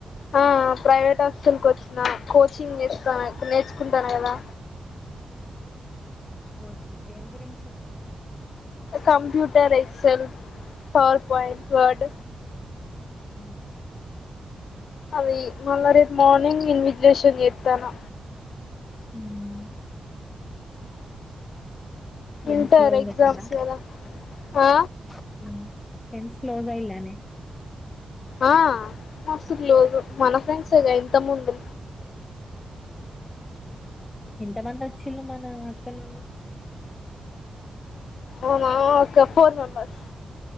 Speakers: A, on the left; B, on the left.
A: ఆ ప్రైవేట్ హాస్టల్కి వొచ్చిన కోచింగ్ చేస్తా నేర్చుకుంటన్న గదా
B: కోచింగ్ దేని గురించి
A: కంప్యూటర్ ఎక్సెల్ పవర్ వైఫర్డ్
B: హు
A: అవి మళ్ళ రేపు మార్నింగ్ ఇన్విజలేషన్ చేస్తాను
B: ఉహు ఎమ్స్
A: ఇంటర్
B: లోన్
A: ఎగ్జామ్స్
B: కట్టెల
A: కదా ఆ
B: హు ఫ్రెండ్స్ లోగ్ అయిలనే
A: ఆ మస్తు క్లోజ్ మన ఫ్రెండ్స్ ఏ గా ఇంత ముందు
B: ఎంతమంది వచ్చిలు మన అక్కడి నుండి
A: ఓ మామవో ఒక ఫోర్ మెంబర్స్